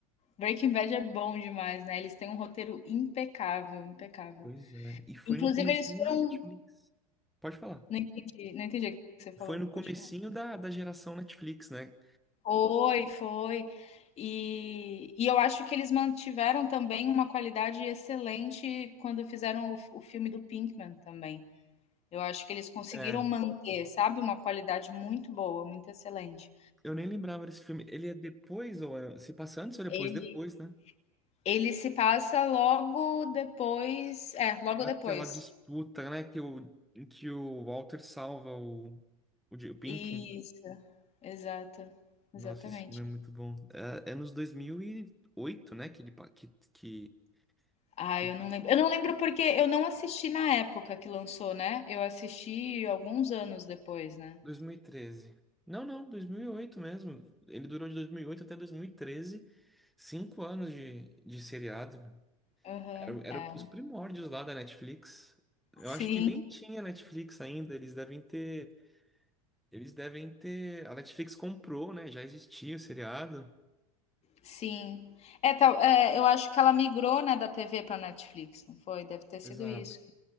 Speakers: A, on the left; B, in the centre.
A: Breaking Bad é bom demais, né, eles têm um roteiro impecável, impecável.
B: Pois é. E foi
A: Inclusive
B: no comecinho
A: eles foram
B: da Netflix. Pode falar.
A: não entendi, não entendi o que você falou,
B: Foi no comecinho
A: pode falar.
B: da, da geração Netflix, né?
A: Foi, foi. E e eu acho que eles mantiveram também uma qualidade excelente quando fizeram o o filme do Pinkman também. Eu acho que eles conseguiram
B: É,
A: manter, sabe, uma qualidade muito boa, muito excelente.
B: eu nem lembrava desse filme. Ele é depois, ou é- se passa antes ou depois?
A: Ele
B: Depois, né?
A: ele se passa logo depois é, logo
B: Daquela
A: depois.
B: disputa, né? Que o, em que o Walter salva o, o, Di- o Pink.
A: Isso, exato,
B: Nossa,
A: exatamente.
B: esse filme é muito bom. É, é nos 2008, né? Que ele. pa- Que, que,
A: Ah,
B: que...
A: eu não lembro. Eu não lembro porque eu não assisti na época que lançou, né? Eu assisti alguns anos depois, né?
B: 2013. Não, não, 2008 mesmo. Ele durou de 2008 até 2013. Cinco anos de, de seriado.
A: Aham,
B: Era, era
A: é.
B: os primórdios lá da Netflix. Eu
A: Sim,
B: acho que nem tinha Netflix ainda. Eles devem ter. Eles devem ter. A Netflix comprou, né? Já existia o seriado.
A: sim. É, tal, é, eu acho que ela migrou, né, da TV para Netflix, não foi? Deve ter sido
B: Exato.
A: isso.